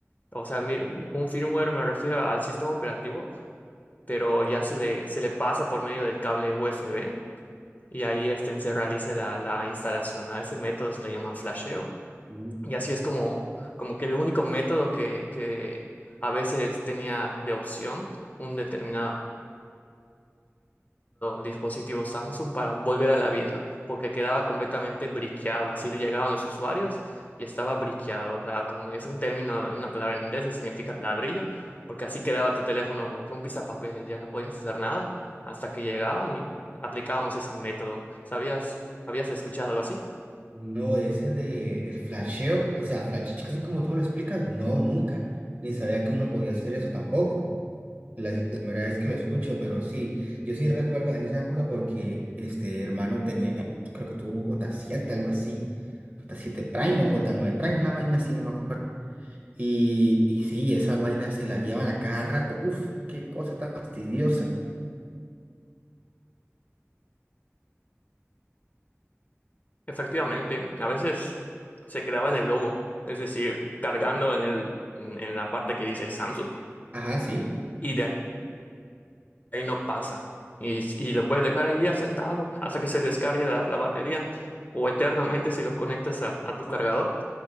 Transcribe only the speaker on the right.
Mm,
No, ese de el flasheo, o sea, flash, así como tú me lo explicas, no, nunca. Ni sabía que uno podía hacer eso tampoco. La, es la primera vez que lo escucho, pero sí, yo sí recuerdo en esa época porque este hermano tenía, creo que tuvo un j siete algo así. j siete Prime o j nueve Prime, una vaina así, no me acuerdo. Y, y sí, esas vainas se las llevan a cada rato. Uf, qué cosa tan fastidiosa.
Ajá, sí.